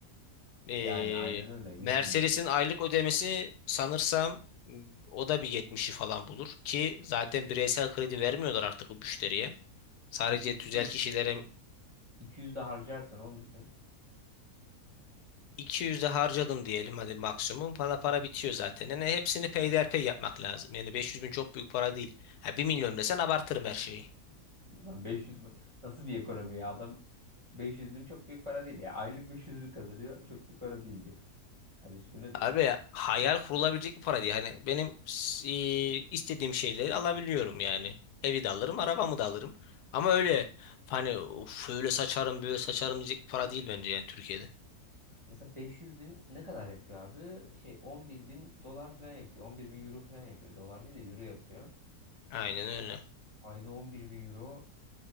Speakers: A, on the left; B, on the right.
A: E,
B: Yani aynen öyle 100
A: Mercedes'in
B: bin lira.
A: aylık ödemesi sanırsam m, o da bir yetmişi falan bulur ki zaten bireysel kredi vermiyorlar artık bu müşteriye. Sadece
B: Bir de 200
A: tüzel kişilere
B: 200 de harcarsan onu düşün.
A: 200 de harcadın diyelim hadi maksimum falan para bitiyor zaten. Yani hepsini peyderpey yapmak lazım. Yani 500 bin çok büyük para değil. Ha, bir milyon desen abartırım her şeyi.
B: Ulan 500 mü- nasıl bir ekonomi ya adam 500 bin çok büyük para değil ya. Aylık 500 bin kazanıyor çok büyük para değil diyor. Kardeşim bu nedir
A: Abi
B: ya?
A: hayal kurulabilecek bir para değil. Hani benim s- e, istediğim şeyleri alabiliyorum yani. Evi de alırım, arabamı da alırım. Ama öyle hani "Of, şöyle saçarım, böyle saçarım diyecek bir para değil bence yani Türkiye'de.
B: Mesela 500 bin ne kadar yapıyor abi? Şey 11 bin dolar falan yapıyor. 11 bin euro falan yapıyor. Dolar değil de euro yapıyor.
A: Aynen öyle.
B: Ayda 11 bin euro.